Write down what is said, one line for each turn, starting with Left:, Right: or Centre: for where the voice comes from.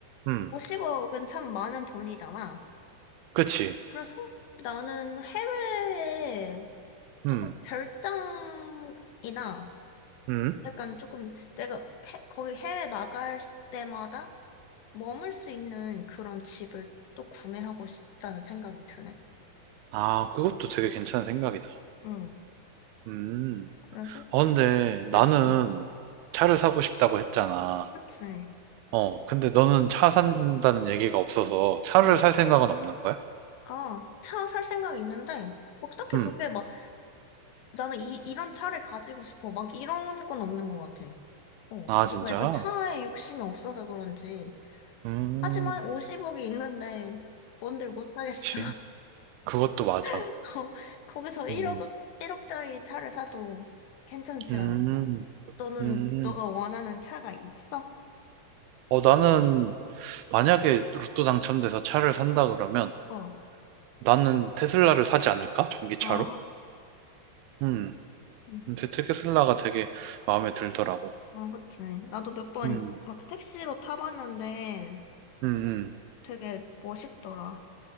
Right: 음,
Left: 50억은 참 많은 돈이잖아.
Right: 그치.
Left: 그래서 나는 해외에 조금
Right: 음,
Left: 별장이나
Right: 음.
Left: 약간 조금 내가 해- 거기 해외 나갈 때마다 머물 수 있는 그런 집을 또 구매하고 싶다는 생각이 드네.
Right: 아, 그것도 되게 괜찮은 생각이다.
Left: 응,
Right: 음.
Left: 그래서,
Right: 어, 근데
Left: 네.
Right: 나는
Left: 뭐.
Right: 차를 사고 싶다고 했잖아.
Left: 그치.
Right: 어, 근데 너는 차 산다는 얘기가 없어서 차를 살 생각은 없는 거야?
Left: 아, 차 살 생각 있는데, 뭐 딱히
Right: 음.
Left: 그렇게 막, 나는 이, 이런 차를 가지고 싶어. 막 이런 건 없는 것 같아. 어,
Right: 아,
Left: 내가
Right: 진짜?
Left: 약간 차에 욕심이 없어서 그런지.
Right: 음,
Left: 하지만 50억이 있는데, 뭔들 못 하겠어.
Right: 그치. 그것도 맞아.
Left: <laughs> 어, 거기서 1억,
Right: 음,
Left: 일억짜리 차를 사도 괜찮지
Right: 음,
Left: 않을까? 너는,
Right: 음.
Left: 너가 원하는 차가 있어?
Right: 어, 나는 만약에 로또 당첨돼서 차를 산다 그러면
Left: 어.
Right: 나는 테슬라를 사지 않을까? 전기차로?
Left: 아,
Right: 음.
Left: 음,
Right: 근데 테슬라가 되게 마음에 들더라고.
Left: 아, 그치. 나도 몇 번
Right: 음,
Left: 막 택시로 타봤는데,
Right: 음, 음.
Left: 되게 멋있더라.